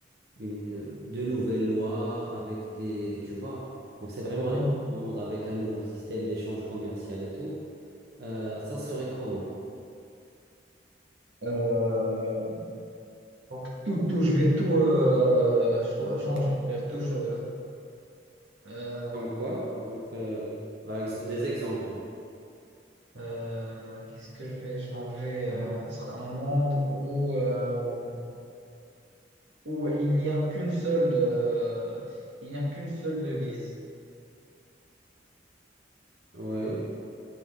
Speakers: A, on the right (about 60°); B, on the right (about 85°).
A: une, de nouvelles lois, avec des, tu vois, donc c'est vraiment
B: ok.
A: un nouveau monde avec un nouveau système d'échange commercial et tout. Euh, ça serait comment?
B: Euh, donc tout, tout, je vais tout euh, cho- changer. Je vais Tout, cho- euh,
A: Comme quoi? Donc, euh, par exemple, des exemples.
B: euh, qu'est-ce que je vais changer? Euh, ce sera un monde où, euh, où il n'y a qu'une seule, euh, il n'y a qu'une seule devise.
A: Oui.